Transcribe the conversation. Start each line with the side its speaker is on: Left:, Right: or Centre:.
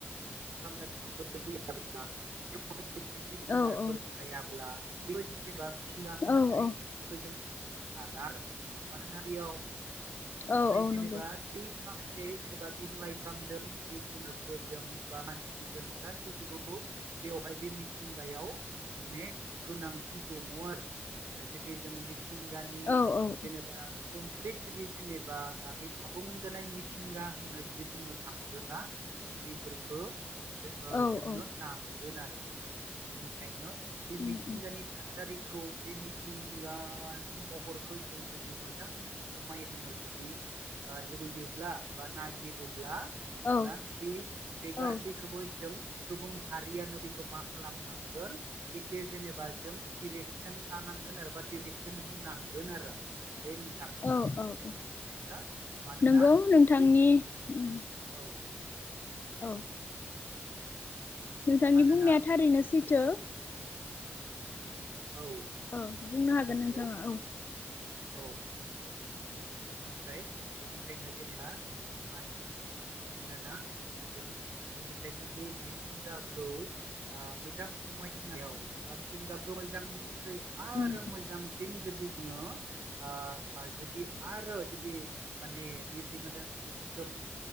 Right: फां लाइफांफोर गैयाब्ला बेहाय जिब
Left: औ
Right: जुनारफोर
Left: औ
Right: थायाब्ला बेखौ जों जेनेबा मिथिंगा होननानै
Left: औ औ
Right: बेखौ जों बुंनो हाला आरो मानोना बेयाव
Left: औ
Right: हाय
Left: नंगौ
Right: जेनेबा बै गा सै जेनेबा बिफां लाइफां दं जिब जुनारफोर दं बा मानसि दं गासैखौबो बेवहाय बे मिथिंगायाव ने गोनांथि दङ आरो। ओ जुदि जों मिथिंगानि
Left: औ औ
Right: जेनेबा कमप्लिट जुदि जेनेबा ओ बे आबुं जानाय मिथिंगा होननो जुदि बुंनो थाङोब्ला बेफोरखो जो ओ
Left: औ
Right: जोंनो
Left: औ
Right: नांगोन आरो बिनिखायनो बे
Left: उम
Right: मिथिंगानि
Left: उम
Right: थासारि खौ बे मिथिंगा नि महरखौ जों जुदि मोजां समाय होनो जुदि ओ लुबैयोब्ला बा नागिरोब्ला जोङा
Left: औ
Right: बे बे गासैखोबो
Left: औ
Right: जों सुबुं हारियानो बेखौ मा खालामनांगोन एसे जेनेबा जों डिरेक्सन लानां गोन आरोबा डिरेकसन होनांगोन आरो। बे नोंथां
Left: औ औ।
Right: बेनिखायनो मानोना
Left: नंगौ नोंथांनि
Right: बे
Left: उम
Right: औ
Left: औ नोंथांनि
Right: मानोना
Left: बुंनाया थारैनो सैथो।
Right: औ
Left: औ बुंनो हागोन
Right: नंगौ
Left: नोंथाङा औ।
Right: औ ‌। ओमफ्राय बेनिखायनो जेनेबा मा नोना जों बेनिखायनो बे मिथिंगाखौ ओ मोजां स माय होनायाव बा मिथिंगाखौ मोजांनिख्रुइ आरो
Left: उम
Right: मोजांसिन जुदि जोङो ओ जुदि आरो जुदि माने बिबदि मोन्दों एकदम